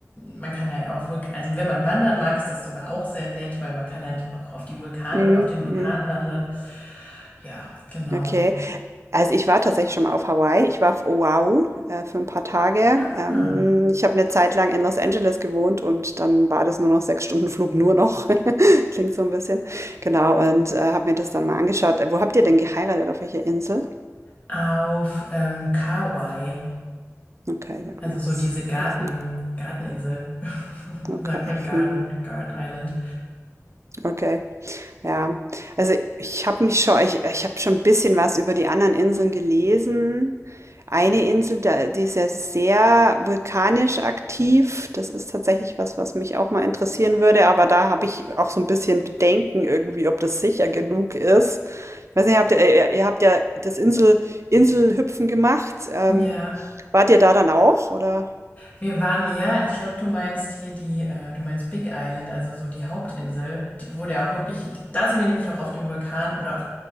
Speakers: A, on the left; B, on the right.
A: man kann da ja auch, Vulk- also wenn man wandern mag, ist das sogar auch sehr nett, weil man kann halt auch auf die Vulkane,
B: mhm.
A: auf den
B: mhm.
A: Vulkan wandern. Ja, genau.
B: Okay. Also, ich war tatsächlich schon mal auf Hawaii. Ich war auf Oahu, äh, für ein paar Tage.
A: Ah,
B: Ähm, ich habe eine Zeit lang in Los Angeles gewohnt und dann war das nur noch 6 Stunden Flug, nur noch. <laughs> Klingt so ein bisschen. Genau, und, äh, habe mir das dann mal angeschaut. Äh, wo habt ihr denn geheiratet? Auf welcher Insel?
A: auf ähm, Kauai,
B: Okay, sag
A: also
B: mir
A: so
B: jetzt
A: diese Garten,
B: nix, ne?
A: Garteninsel, <laughs>
B: Okay,
A: sagt man Garden,
B: mhm,
A: Garden Island.
B: okay. Ja, also ich habe mich schon, ich, ich habe schon ein bisschen was über die anderen Inseln gelesen. Eine Insel, da, die ist ja sehr vulkanisch aktiv. Das ist tatsächlich was, was mich auch mal interessieren würde, aber da habe ich auch so ein bisschen Bedenken irgendwie, ob das sicher genug ist. Ich weiß nicht, habt ihr, äh, ihr, ihr habt ja das Insel, Inselhüpfen gemacht. Ähm,
A: Ja,
B: wart ihr da dann auch, oder?
A: Wir waren, ja, ich glaube, du meinst hier die, äh, du meinst Big Island, also so die Hauptinsel, die, wo der auch wirklich, da sind wir nämlich auch auf dem Vulkan oder